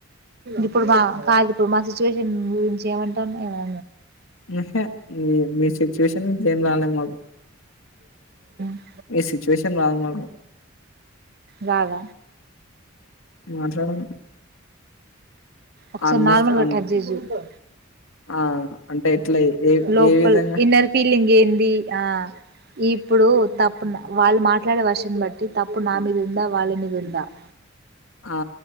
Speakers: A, on the right; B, on the left.
A: ఇప్పుడు బా కాదు ఇప్పుడు మా సిచ్యువేషన్ గురించి ఏమంటుందో ఏమో
B: యహె మీ సిచ్యుేషన్ ఇంకెం రాాల మాకు
A: <inaudible>
B: మీ సిచ్యువేషన్ రాదు మాకు
A: రాద
B: మాట్లాడము
A: ఒక సారి
B: అన్న
A: నార్మల్గ
B: అన్న
A: టచ్ చేస్ చూడ
B: ఆ అంటే ఎట్లా ఏ
A: లోపల్
B: ఏ విధంగా
A: ఇన్నర్ ఫీలింగ్ ఏంది ఆ ఇప్పుడు తప్పు వాళ్ళు మాట్లాడే వర్షన్ బట్టి తప్పు నా మీద ఉందా వాళ్ళ మీద ఉందా అ
B: ఆ